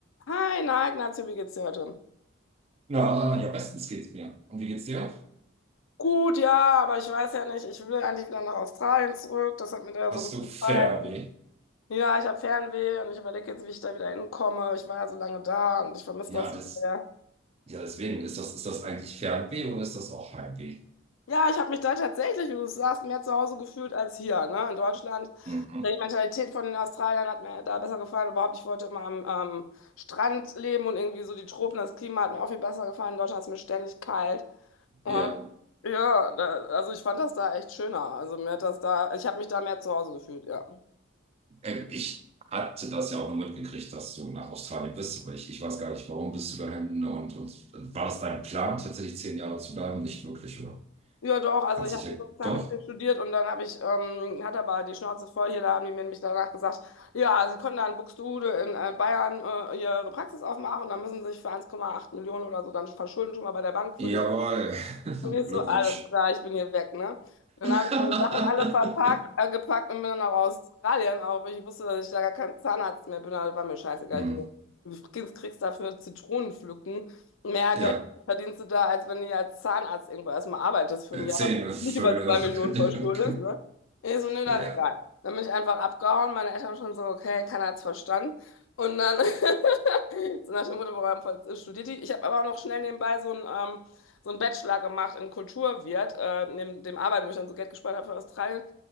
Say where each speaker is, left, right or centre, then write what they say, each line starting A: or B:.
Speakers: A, on the left; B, on the right.
A: Hi, na, Ignacio, wie geht's dir heute?
B: Na, ja, bestens geht's mir. Und wie geht's dir?
A: Gut, ja, aber ich weiß ja nicht, ich will eigentlich wieder nach Australien zurück, das hat mir da
B: Hast
A: so gut
B: du
A: gefallen.
B: Fernweh?
A: Ja, ich habe Fernweh und ich überlege jetzt, wie ich da wieder hinkomme. Ich war ja so lange da und ich vermisse
B: Ja,
A: das
B: das,
A: so sehr.
B: ja, deswegen ist das, ist das eigentlich Fernweh oder ist das auch Heimweh?
A: Ja, ich habe mich da tatsächlich, wie du sagst, mehr zu Hause gefühlt als hier, ne, in Deutschland.
B: Mhm.
A: Die Mentalität von den Australiern hat mir da besser gefallen. Überhaupt, ich wollte immer am ähm, Strand leben und irgendwie so die Tropen, das Klima hat mir auch viel besser gefallen. In Deutschland ist mir ständig kalt. Und
B: Ja,
A: ja, da, also ich fand das da echt schöner. Also mir hat das da, ich habe mich da mehr zu Hause gefühlt, ja.
B: ähm, ich hatte das ja auch nur mitgekriegt, dass du nach Australien bist, aber ich, ich weiß gar nicht, warum bist du dahin und, und war das dein Plan, tatsächlich zehn Jahre zu bleiben? Nicht wirklich, oder?
A: Ja, doch, also
B: Hat
A: ich
B: sich
A: habe
B: ja,
A: Zahnmedizin
B: doch.
A: studiert und dann habe ich, ähm, hatte aber die Schnauze voll hier, da haben die mir nämlich danach gesagt, ja, sie können dann in Buxtehude in äh, Bayern äh, ihre Praxis aufmachen, dann müssen sie sich für 1,8 Millionen oder so dann verschulden schon mal bei der Bank für die
B: Jawohl.
A: Und ich
B: <laughs> Glückwunsch.
A: so, alles klar, ich bin hier weg, ne? Dann
B: <laughs>
A: habe ich meine Sachen alle verpackt, äh, gepackt und bin dann nach Australien, auch weil ich wusste, dass ich da gar kein Zahnarzt mehr bin, aber war mir scheißegal.
B: Mhm.
A: Ich gesagt, du kriegst kriegst dafür Zitronen pflücken. Mehr
B: Ja,
A: Geld verdienst du da, als wenn du als Zahnarzt irgendwo erstmal arbeitest für
B: äh,
A: ein Jahr,
B: zehn
A: damit du
B: Vögel.
A: nicht über zwei Millionen
B: <laughs> Danke.
A: verschuldest, ne? Ich so, nö,
B: Ja.
A: dann egal. Dann bin ich einfach abgehauen, meine Eltern schon so, okay, keiner hat's verstanden. Und dann, <laughs> so nach dem Motto, warum studiert die? Ich habe aber auch noch schnell nebenbei so ein, ähm, so einen Bachelor gemacht in Kulturwirt, äh, neben dem Arbeiten, wo ich dann so Geld gespart habe für Australien.